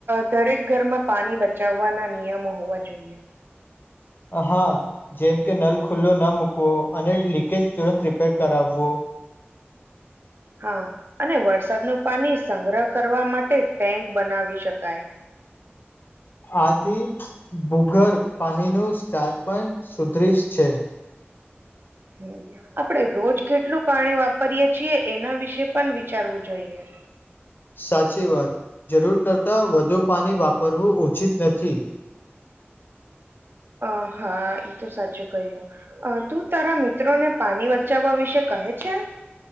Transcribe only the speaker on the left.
હા જેમ કે નલ ખુલ્લો ન મૂકવો અને લીકેજ તુરંત રિપેર કરાવવો
આથી ભૂગર્ગ પાણીનું સ્ટાર પણ સુદૃશ છે
સાચી વાત જરૂર કરતાં વધુ પાણી વાપરવું ઉચિત નથી